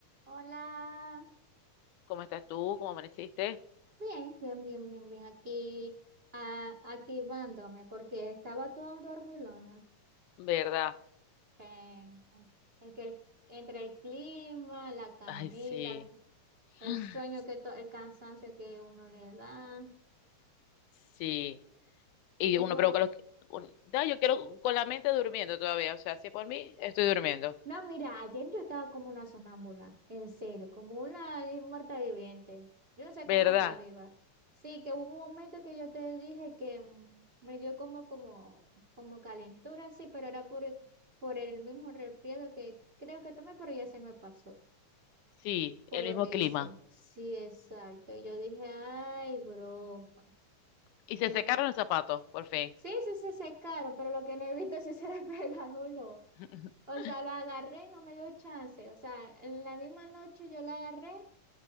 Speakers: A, on the right; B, on the left.
A: Hola,
B: ¿Cómo estás tú? ¿Cómo amaneciste?
A: bien, bien, bien, bien, bien, aquí ah, activándome porque estaba toda dormilona.
B: ¿Verdad?
A: Eh, en que el- entre el clima, la camita,
B: Ay, sí.
A: el,
B: <gasps>
A: el sueño que to- el cansancio que uno le da.
B: Sí. Y
A: ¿Y
B: uno
A: vos?
B: provoca los... que- un- da, yo quiero con la mente durmiendo todavía. O sea, si por mí, estoy durmiendo.
A: No, mira, ayer yo estaba como una sonámbula, en serio, como una muerta viviente. Yo no sé
B: ¿Verdad?
A: cómo estaba viva. Sí, que hubo un momento que yo te dije que mm, me dio como, como, como calentura, sí, pero era por, el- por el mismo resfriado que creo que tomé, pero ya se me pasó
B: Sí,
A: por
B: el
A: lo
B: mismo
A: que
B: clima.
A: hice. Sí, exacto. Y yo dije, ay, broma.
B: Y
A: Que
B: se
A: na-
B: secaron los zapatos, por fin.
A: Sí, sí se secaron, pero lo que no he visto es si se <laughs> despegaron o no.
B: <laughs>
A: O sea, la agarré y no me dio chance. O sea, en la misma noche yo la agarré,